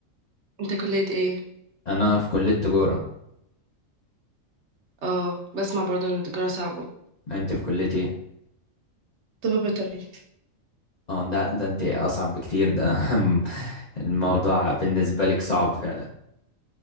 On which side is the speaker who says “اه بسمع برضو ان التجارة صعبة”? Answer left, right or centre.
Right